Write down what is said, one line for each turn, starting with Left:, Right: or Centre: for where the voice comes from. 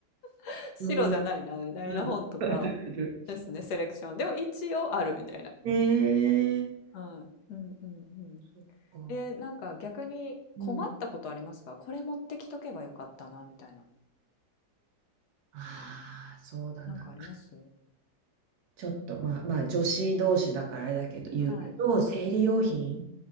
Left: <laughs> 白じゃないなみたいな本とか
Right: うんうんあるある。
Left: ですね、セレクション。でも一応あるみたいな。
Right: ええ
Left: はい。うんうんうん。
Right: そっか。
Left: えーなんか逆に困ったことありますかこれ持ってきとけばよかったなみたいな。
Right: うん。ああ、そうだな。
Left: なんかあります
Right: ちょっとまあまあ女子同士だからあれだけど言うけど、
Left: はい。うん。
Right: 生理用品、
Left: うん。